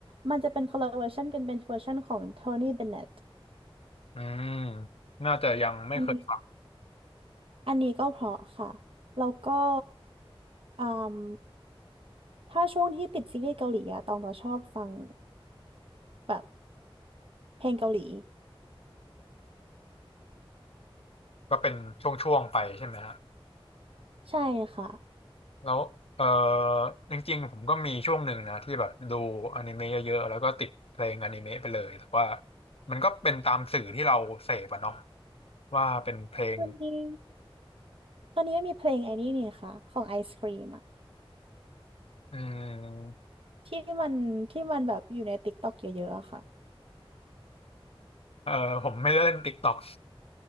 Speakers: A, on the right; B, on the left.
A: มันจะเป็นคนละเวอร์ชันกันเป็นเวอร์ชันของ Tony Bennett
B: อืมน่าจะยังไม่เคยฟัง
A: อันนี้อันนี้ก็เพราะค่ะแล้วก็อืม ถ้าช่วงที่ติดซีรีส์เกาหลีอะตองจะชอบฟังแบบเพลงเกาหลี
B: ก็เป็นช่วงๆไปใช่ไหมฮะ
A: <laughs> ใช่ค่ะ
B: แล้วเออจริงๆผมก็มีช่วงหนึ่งนะที่แบบดูอนิเมะเยอะๆแล้วก็ติดเพลงอนิเมะไปเลยแต่ว่ามันก็เป็นตามสื่อที่เราเสพอะเนาะว่าเป็นเพลง
A: ตอนนี้ตอนนี้ก็มีเพลงไอ้นี่นี่ค่ะของไอศครีมอะ
B: อืม
A: ที่มันที่มันแบบอยู่ใน t ิ k กต k อกเยอะๆอะค่ะ
B: เออผมไม่ได้เล่นติ๊กต็อก